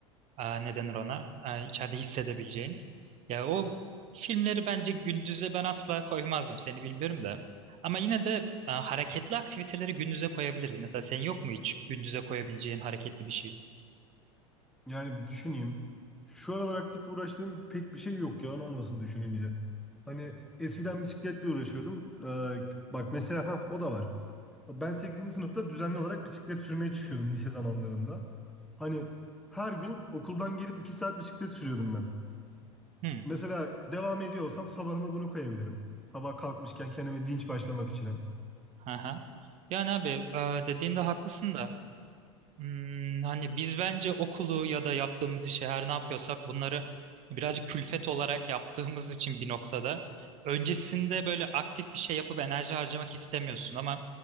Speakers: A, on the right (about 40°); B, in the centre.
A: e, ne denir ona e, içeride hissedebileceğin. Ya o filmleri bence gündüze ben asla koymazdım seni bilmiyorum da. Ama yine de e, hareketli aktiviteleri gündüze koyabiliriz. Mesela senin yok mu hiç gündüze koyabileceğin hareketli bir şey?
B: Yani bir düşüneyim. Şu aralar aktif uğraştığım pek bir şey yok yalan olmasın düşününce. Hani eskiden bisikletle uğraşıyordum. Ee, bak mesela ha o da var. Ben sekizinci sınıfta düzenli olarak bisiklet sürmeye çıkıyordum lise zamanlarında. Hani her gün okuldan gelip 2 saat bisiklet sürüyordum ben.
A: Hmm.
B: Mesela devam ediyor olsam sabahıma bunu koyabilirim. Sabah kalkmışken kendime dinç başlamak için
A: Aha. Yani abi e, dediğinde haklısın da. Hmm, hani biz bence okulu ya da yaptığımız işi her ne yapıyorsak bunları birazcık külfet olarak yaptığımız için bir noktada öncesinde böyle aktif bir şey yapıp enerji harcamak istemiyorsun ama